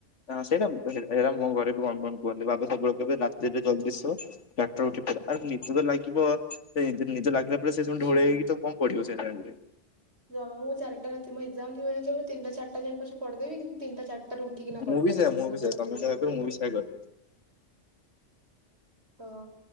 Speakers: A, on the left; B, on the right.
A: ନା ସେଇଟା ସେଇଟା ମୋ ଘରେ ବି <unintelligible> କୁହ ବା ସବୁବେଳେ କେ ରାତିରେ ଜଲ୍ଦି ଡାକ୍ତର ଉଠି ପ ଆ ନିଜ ତ ଲାଗିବ ନିଜ ଲ <unintelligible> ସେ ସେମିତି
B: ଜମି
A: ଢଳେଇଇକି ତ କମ ପଡିବ ସେ ଟାଇମ ରେ।
B: ଜମା ମୁଁଚାରିଟା ରାତି ମୋ ଏକ୍ସାମ ଥିବ ଯେତେ ବେଳେ ତ ମୁଁ ତିନଟ ଚାରିଟା ପଦେ କିନ୍ତୁ ତିନଟା ଚାରଟା ରେ ଉଠିକିନା
A: ମୁଁ
B: ପଡି
A: ବି
B: ପାରିବିନି
A: ସେୟା ମୁଁ
B: ମୋ
A: ବି
B: ଦ୍ଵାର
A: ସେୟା ତମେ
B: ସେଇଭଳିଆ
A: ଯାହା
B: ସବୁ
A: କର
B: ହେଇପାରିବନି।
A: ମୁଁ ବି ସେୟା କରେ
B: ତ